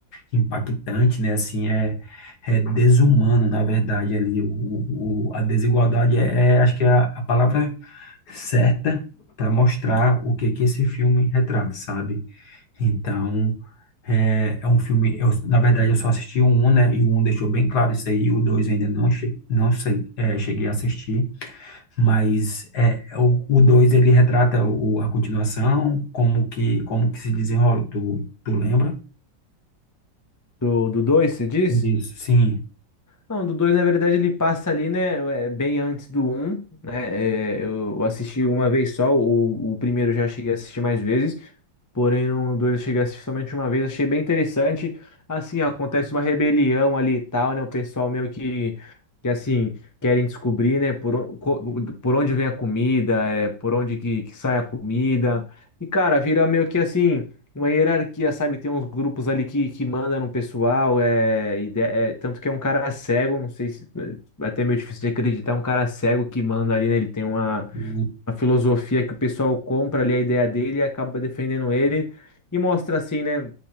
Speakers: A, on the left (about 60°); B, on the left (about 25°).
A: impactante, né? Assim, é, é desumano, na verdade, ali. O, o, a desigualdade é, é- acho que é a, a palavra certa para mostrar o que que esse filme retrata, sabe? Então, é, é um filme. Eu, na verdade, eu só assisti o um, né? E o um deixou bem claro isso aí. O dois eu ainda não, che não sei, é, cheguei a assistir, mas é, o, o dois ele retrata o, a continuação, como que, como que se desenrola. Tu, tu lembra?
B: do do dois você diz
A: Isso, sim.
B: Não, do 2 na verdade, ele passa ali, né, é, bem antes do um, né? É, eu assisti uma vez só, o, o primeiro eu já cheguei a assistir mais vezes, Porém, no 2 eu cheguei a assistir somente uma vez, achei bem interessante. Assim, acontece uma rebelião ali e tal, né? O pessoal meio que, que assim, querem descobrir, né? Por, on- co- por onde vem a comida, é, por onde que, que sai a comida. E, cara, vira meio que assim, uma hierarquia, sabe? Tem uns grupos ali que, que mandam no pessoal, é, e de- é, tanto que é um cara cego, não sei se, é até meio difícil de acreditar, é um cara cego que manda ali, né? Ele tem uma
A: Sim,
B: uma filosofia que o pessoal compra ali a ideia dele e acaba defendendo ele e mostra assim, né,